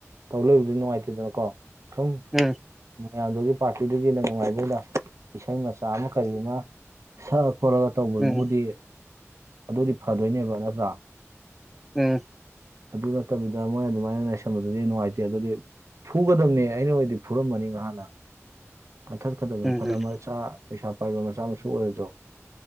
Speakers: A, on the right; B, in the centre.
A: ꯇꯧ ꯂꯩꯏꯕꯗꯨ ꯅꯨꯡꯉꯥꯏꯇꯦꯗꯅꯀꯣ ꯁꯨꯝ
B: ꯎꯝ
A: ꯃꯌꯥꯝꯗꯨꯒꯤ ꯄꯥꯔꯇꯤꯗꯨꯒꯤ ꯅꯨꯡꯉꯥꯏꯕ ꯑꯣꯏꯅ ꯏꯁꯩ ꯃꯆꯥ ꯑꯃ ꯀꯔꯤ ꯑꯃ ꯁꯛꯑ ꯈꯣꯠꯂꯒ ꯇꯧꯕꯗꯨꯕꯨꯗꯤ
B: ꯎꯝ
A: ꯑꯗꯨꯗꯤ ꯐꯗꯣꯏꯅꯦꯕ ꯅꯠꯇ꯭ꯔꯥ
B: ꯎꯝ
A: ꯑꯗꯨ ꯅꯠꯇꯕꯤꯗ ꯃꯣꯏ ꯑꯗꯨꯃꯥꯏꯅ ꯂꯩꯥꯁꯟꯕꯗꯨꯗꯤ ꯅꯨꯡꯉꯥꯏꯇꯦ ꯑꯗꯨꯗꯤ ꯐꯨꯒꯗꯝꯅꯦ ꯑꯩꯅ ꯑꯣꯏꯗꯤ ꯐꯨꯔꯝꯃꯅꯤ ꯅꯍꯥꯟꯅ ꯀꯟꯊꯠꯀꯗꯕꯅꯤ
B: ꯎꯝ ꯎꯝ
A: ꯐꯅ
B: ꯎꯝ
A: ꯃꯆꯥ ꯄꯩꯁꯥ ꯄꯥꯏꯕ ꯃꯆꯥ ꯃꯁꯨ ꯑꯣꯏꯔꯁꯨ